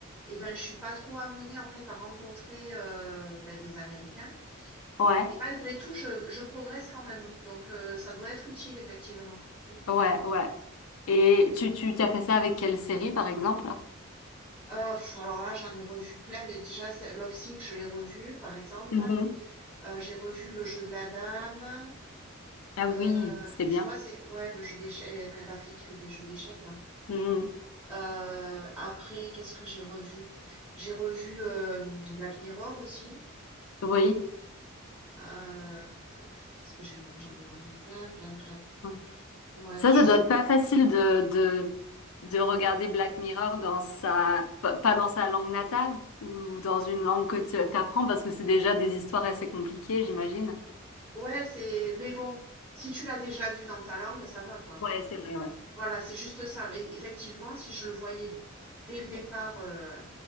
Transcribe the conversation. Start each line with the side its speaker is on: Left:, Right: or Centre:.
Centre: et ben, je suis pas trop amenée, en fait, à rencontrer, heu, bah, des Américains
Left: Ouais,
Centre: et malgré tout, je je progresse quand même, donc heu, ça doit être utile, effectivement. Mmh.
Left: ouais, ouais. Et tu, tu t'as fait ça avec quelle série, par exemple?
Centre: Ah, alors là, j'en ai revu plein, mais déjà, c'est Love Sick, je l'ai revu, par exemple.
Left: Mhm.
Centre: Heu, j'ai revu Le Jeu de la Dame,
Left: Ah oui,
Centre: heu,
Left: c'était
Centre: tu
Left: bien.
Centre: vois, c'est ouais, le jeu d'échecs. la fille qui fait des jeux d'échecs, là.
Left: Mhm.
Centre: Euh, après, qu'est-ce que j'ai revu? J'ai revu euh, Black Mirror aussi.
Left: Oui.
Centre: Euh, qu'est-ce que j'ai revu? J'en ai revu plein, plein, plein.
Left: Ouais.
Centre: Bref,
Left: Ça,
Centre: je
Left: ça
Centre: sais
Left: doit être
Centre: pas.
Left: pas facile de, de, de regarder Black Mirror dans sa, p- pas dans sa langue natale ou dans une langue que tu apprends parce que c'est déjà des histoires assez compliquées, j'imagine.
Centre: Ouais, c'est. Mais bon, si tu l'as déjà vu dans ta langue, ça va, quoi.
Left: Ouais, c'est vrai, ouais.
Centre: Voilà, c'est juste ça. Mais effectivement, si je le voyais dès le départ euh,